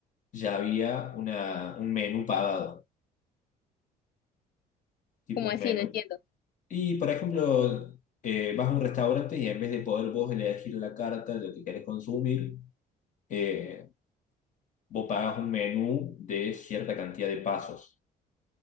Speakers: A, on the left; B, on the left.
A: ya había una, un menú pagado, tipo
B: ¿Cómo
A: un
B: así?
A: menú.
B: No entiendo.
A: Y, por ejemplo, eh, vas a un restaurante y en vez de poder vos elegir la carta, lo que querés consumir, eh, vos pagás un menú de cierta cantidad de pasos.